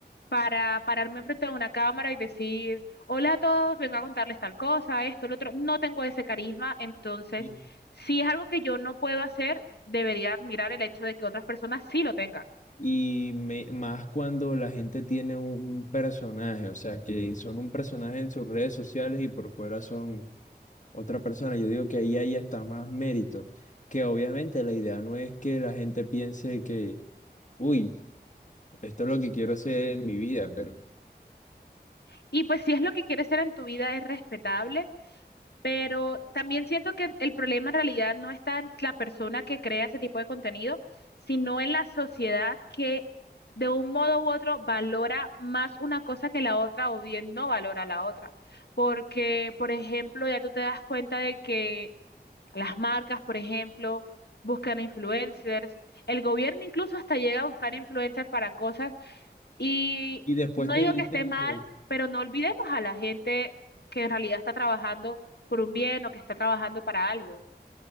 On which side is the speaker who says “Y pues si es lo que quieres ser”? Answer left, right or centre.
Left